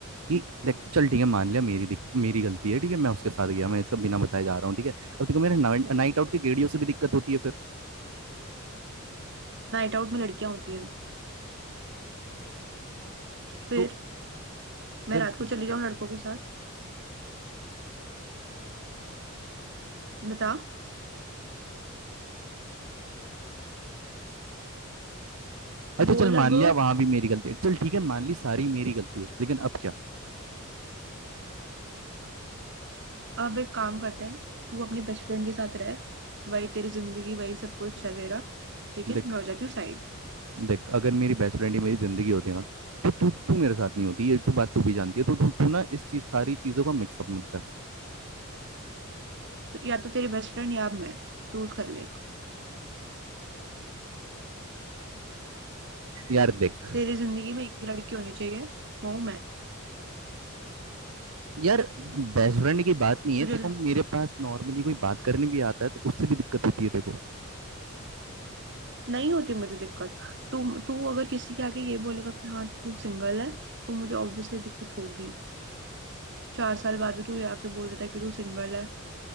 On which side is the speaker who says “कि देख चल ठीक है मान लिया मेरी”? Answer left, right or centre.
Right